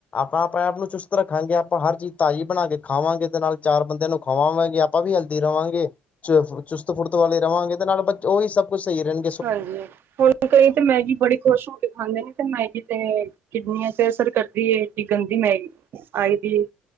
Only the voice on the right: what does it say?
ਹਾਂਜੀ, ਹੁਣ ਕਈ ਤਾਂ ਮੈਂਗੀ ਬੜੀ ਖੁਸ਼ ਹੋ ਕੇ ਖਾਂਦੇ ਨੇ, ਤੇ ਮੈਗੀ ਤੇ ਕਿਡਨੀਆਂ ਤੇ ਅਸਰ ਕਰਦੀ ਏ। ਗੰਦੀ ਮੈਗੀ, ਆਈ ਦੀ ਏ।